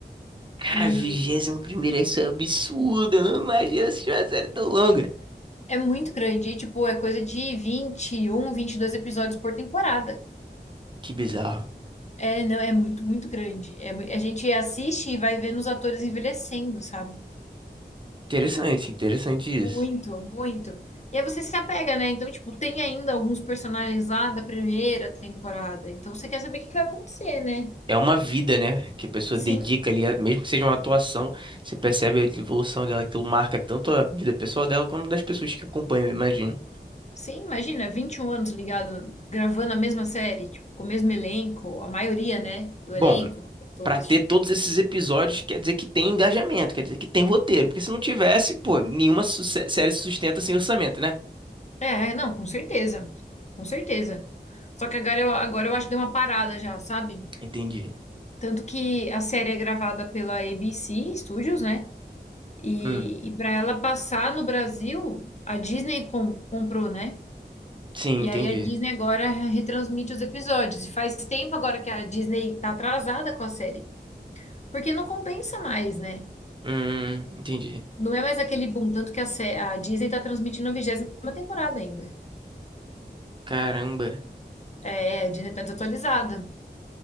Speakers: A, on the right; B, on the left.
A: Cara,
B: e
A: vigésimo primeiro isso é absurdo. Eu não imagino assistir uma série tão longa.
B: é muito grande, e, tipo, é coisa de vinte vinte e um, vinte e dois episódios por temporada.
A: Que bizarro.
B: É, não, é muito, muito grande. É, mui- a gente assiste e vai vendo os atores envelhecendo, sabe?
A: Interessante, interessante isso.
B: Muito, muito. E aí você se apega, né? Então, tipo, tem ainda alguns personagens lá da primeira temporada. Então, você quer saber o que que vai acontecer, né?
A: É uma vida, né? Que a pessoa
B: Sim,
A: dedica ali, a- mesmo que seja uma atuação, você percebe a evolução dela, aquilo marca tanto a vida pessoal dela quanto das pessoas que acompanham, eu imagino.
B: Sim, imagina, 21 anos ligado, gravando a mesma série, tipo, com o mesmo elenco, a maioria, né, do
A: Bom,
B: elenco, dos atores,
A: pra ter
B: tipo.
A: todos esses episódios, quer dizer que tem engajamento, quer dizer que tem roteiro, porque se não tivesse, pô, nenhuma su- sé- série se sustenta sem orçamento, né?
B: É, não, com certeza. Com certeza. Só que agora eu, agora eu acho que deu uma parada já, sabe?
A: Entendi.
B: Tanto que a série é gravada pela ABC Studios, né? E,
A: Hum,
B: e para ela passar no Brasil, a Disney com- comprou, né?
A: sim,
B: E
A: entendi.
B: aí a Disney agora retransmite os episódios. E faz tempo agora que a Disney tá atrasada com a série. Porque não compensa mais, né?
A: Hum, entendi.
B: Não é mais aquele boom, tanto que a, sé- a Disney tá transmitindo a vigésima temporada ainda.
A: Caramba.
B: É, a Disney tá desatualizada.